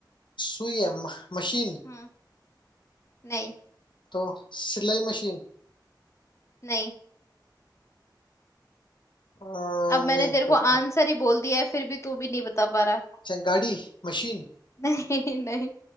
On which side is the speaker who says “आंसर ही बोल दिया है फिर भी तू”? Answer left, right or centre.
Left